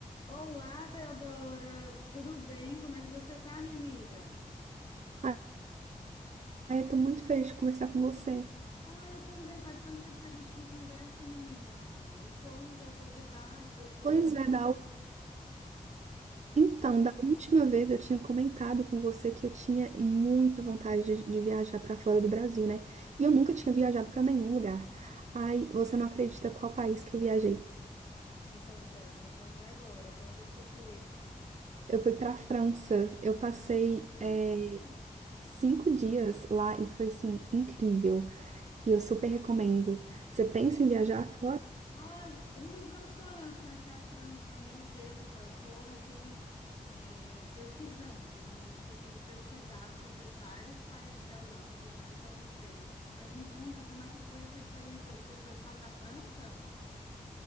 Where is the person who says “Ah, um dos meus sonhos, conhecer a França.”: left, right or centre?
Left